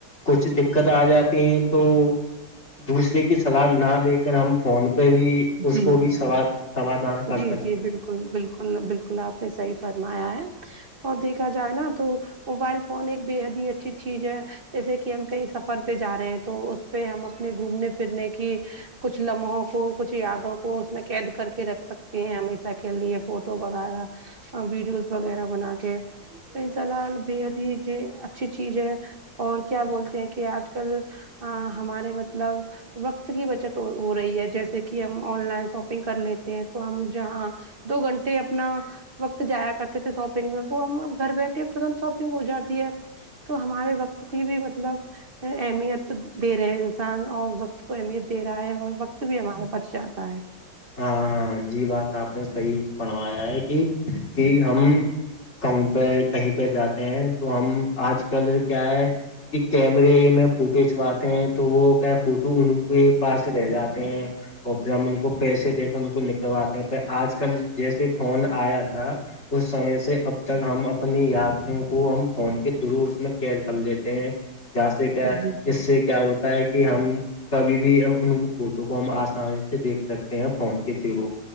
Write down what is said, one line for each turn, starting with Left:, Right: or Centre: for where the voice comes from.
Left: کچھ دقت آ جات ہیں تو دوسرے کی سلاح نہ لے کر ہم فون پہ بھی اس
Right: جی
Left: کو بھی س سمادھان کرک
Right: جی جی بالکل بالکل بالکل آپ نے صحیح فرمایا ہے اور دیک دیکھا جائے نا تو موبائل فون ایک بے حد ہی اچھی چیز ہے جیسے کہ ہم کہیں سفر پہ جا رہے ہیں تو اس پہ ہم اپنے گھومنے پھرنے کی کچھ لمحوں کو کچھ یادوں کو اس میں قید کر کے رکھ سکتے ہیں ہمیشہ کے لیے فوٹو وغیرہ ویڈیوز وغیرہ بنا کے تو سلحال بے حد ہی جو اچھی چیز ہے اور کیا بولتے ہیں کہ آج کل ہمارے مطلب وقت کی بچت ہو رہی ہے جیسے کہ ہم آن لائن شاپنگ کر لیتے ہیں تو ہم جہاں دو گھنٹے اپنا وقت جایا کرتے تھے شاپنگ میں وہ ہم ا گھر بیٹھے ا تنت شاپنگ ہو جاتی ہے تو ہمارے وقت کی بھی مطلب اہمیت وقت دے رہے ہیں انسان اور وقت کو اہمیت دے رہا ہے اور وقت بھی ہمارے پچ جاتا ہے
Left: ہاں ہاں جی بات آپ نے صحیح بنوایا ہے کہ کہ ہم کہ پہ کہیں پہ جاتے ہیں تو ہم آج کل کیا ہے کہ کیمرے میں فوٹو کنچواتے ہیں تو وہ کیا فوٹو ان کے پاس رہ جاتے ہیں اور پھر ہم ان کو پیسے دے کر ان کو نکلواتے ہیں پ آج کل جیسے فون آیا تھا اس سمے سے اب تک ہم اپنی یادوں کو ہم فون کے تھرو اس میں کیئر کر لیتے ہیں جاں سے کیا
Right: جی
Left: اس سے کیا ہوتا کہ ہم کبھی بھی ان فوٹو کو ہم آسانی سے دیکھ سکتے ہیں فون کے تھرو